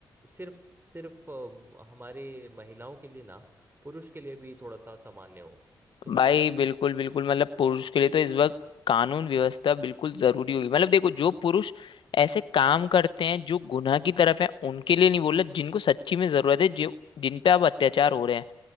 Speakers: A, on the right; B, on the left.
A: सिर्फ सिर्फ अ, हमारे महिलाओं के लिए ना पुरुष के लिए भी थोड़ा सा सामान्य हो तुम्हें
B: भाई
A: क्या लगता
B: बिल्कुल
A: है
B: बिल्कुल मतलब पुरुष के लिए तो इस वक्त कानून व्यवस्था बिल्कुल जरूरी होगी मतलब देखो जो पुरुष ऐसे काम करते हैं जो गुनाह की तरफ है उनके लिए नहीं बोल रहा जिनको सच्ची में जरूरत है जो जिन पे अब अत्याचार हो रहे हैं